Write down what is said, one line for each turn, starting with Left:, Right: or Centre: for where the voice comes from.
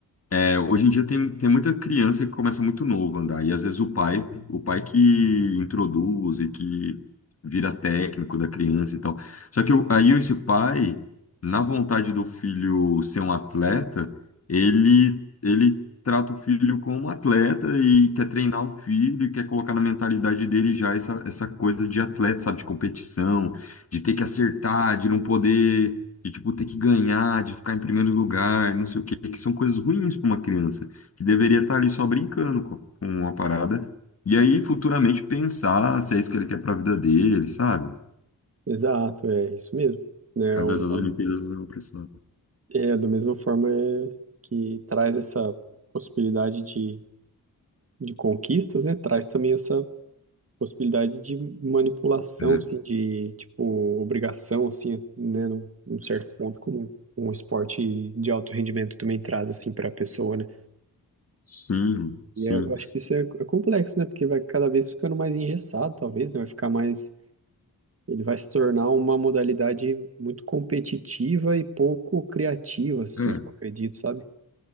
Left: É, hoje em dia tem, tem muita criança que começa muito novo a andar, e às vezes o pai, o pai que introduz e que vira técnico da criança e tal. Só que o- aí esse pai, na vontade do filho ser um atleta, ele, ele trata o filho como um atleta e quer treinar o filho e quer colocar na mentalidade dele já essa, essa coisa de atleta, sabe, de competição, de ter que acertar, de não poder de tipo ter que ganhar, de ficar em primeiro lugar, não sei o quê, que são coisas ruins para uma criança que deveria
Right: Sim.
Left: estar ali só brincando com, com a parada e aí futuramente pensar se é isso que ele quer para a vida dele, sabe?
Right: Exato, é isso mesmo, né,
Left: Às
Right: o-
Left: vezes as
Right: o-
Left: Olimpíadas não é opressão.
Right: é da mesma forma é, que traz essa possibilidade de de conquistas, né, traz também essa possibilidade de manipulação,
Left: É.
Right: assim, de, tipo, obrigação, assim, né, num, num certo ponto, como um esporte de alto rendimento também traz, assim, para a pessoa, né.
Left: Sim, sim.
Right: E é- eu acho que isso é, é complexo, né, porque vai cada vez ficando mais engessado, talvez, né, vai ficar mais... Ele vai se tornar uma modalidade muito competitiva e pouco criativa, assim,
Left: É.
Right: eu acredito, sabe?